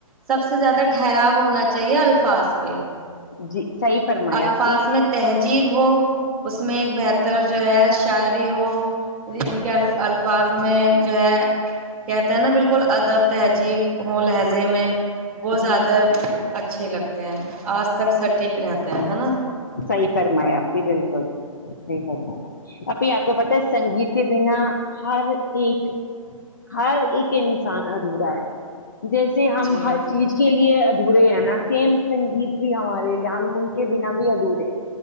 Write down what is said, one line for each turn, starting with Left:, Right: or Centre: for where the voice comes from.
Centre: سب سے زیادہ ٹھراؤ ہونا چاہیے الفاظ پہ
Left: جی صحیح فرمایا
Centre: الفاظ
Left: آپ بھی
Centre: میں تہذیب وہ اس میں ایک بہتر جو ہے شاعری ہو ان کے ال الفاظ میں جو ہے کہتے ہیں نا بالکل ادب تہذیب ہو لہجے میں وہ
Left: جی
Centre: زیادہ اچا اچھ لگ ہیں آج تک س ٹھیک رہتے ہیںنا
Left: صحی فرمایا اپنے ا بلکل صحیح فرمایا ہے ابھی آپ کو پتا ہے سنگیت کے بنا ہر ایک ہر ایک انسان ادھورا ہے جیسے ہم
Centre: جی
Left: ہر چیز کے لیے دورے ہیں نا سیم سنگیت بھی ہمارے ہم ان کے بنا بھی ے